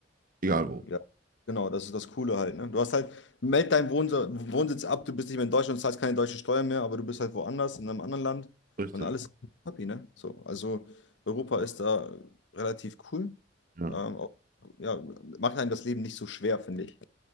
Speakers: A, on the right; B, on the left.
A: Egal wo.
B: Ja, genau, das ist das Coole halt, ne? Du hast halt, meld deinen Wohnsitz, Wohnsitz ab, du bist nicht mehr in Deutschland, zahlst keine deutsche Steuer mehr, aber du bist halt woanders, in einem anderen Land
A: Richtig.
B: und alles ist happy, ne? So, also Europa ist da relativ cool.
A: Ja.
B: Ähm, auch, ja, macht einem das Leben nicht so schwer, finde ich.